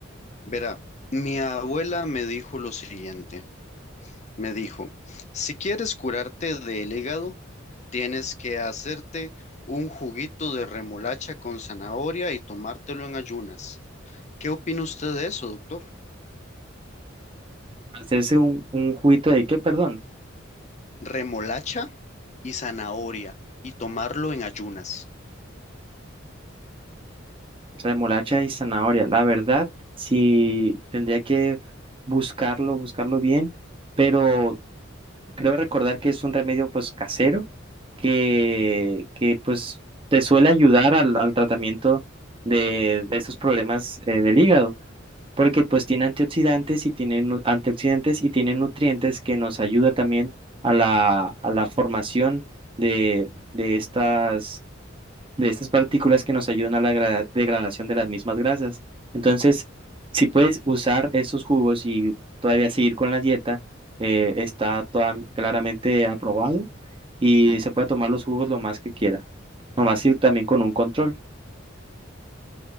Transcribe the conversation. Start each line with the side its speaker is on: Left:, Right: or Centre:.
Left: Verá, mi abuela me dijo lo siguiente, me dijo, si quieres curarte del hígado, tienes que hacerte un juguito de remolacha con zanahoria y tomártelo en ayunas. ¿Qué opina usted de eso, doctor?
Right: Hacerse un, un juguito de qué, perdón,
Left: Remolacha y zanahoria y tomarlo en ayunas.
Right: remolacha y zanahoria. La verdad, sí tendría que buscarlo, buscarlo bien, pero creo recordar que es un remedio pues casero que, que pues te suele ayudar al, al tratamiento de, de estos problemas eh, del hígado. porque pues tiene antioxidantes y tiene nu- antioxidantes y tiene nutrientes que nos ayuda también a la, a la formación de, de estas, de estas partículas que nos ayudan a la gra- degradación de las mismas grasas. Entonces, si puedes usar esos jugos y todavía seguir con la dieta, eh, está toda- claramente aprobado y se puede tomar los jugos lo más que quiera, lo más que también con un control.